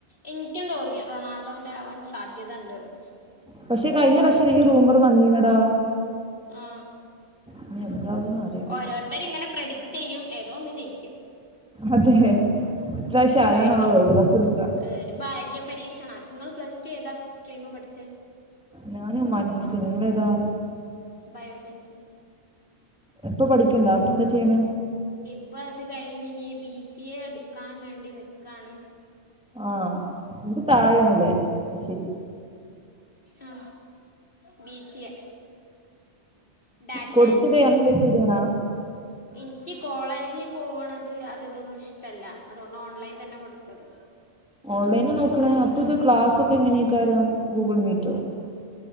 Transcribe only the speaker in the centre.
പക്ഷെ കഴഞ്ഞ രഷിദ്യറൂമർ വന്നി ഇനടാ
ഇനി എന്താവൂന്ന് അറിയില്ല
അതെ ഇപ്രാവശ്യം
ആരാന്നാവ വേൾഡ് കപ്പ് എടുക്കുക
ഞാനും മാൻറ്റീസേനി ങ്ങളേതാ
ഇപ്പൊ പഠിക്ക്ണ്ടോ ഇപ്പൊ എന്താ ചെയ്യ്ണേ
ആഹ് എനിക്ക് താഴെയണ്ല്ലേ അത് ശരി
കൊടുത്തടേ
അങ്ങനെ എത്തിത്ണാ
ഓൺലൈന നോക്ക്ണേ അപ്പൊ ഇത് ക്ലാസൊക്കെ എങ്ങനെയ്ക്കാരം ഗൂഗിൾ മീറ്റോ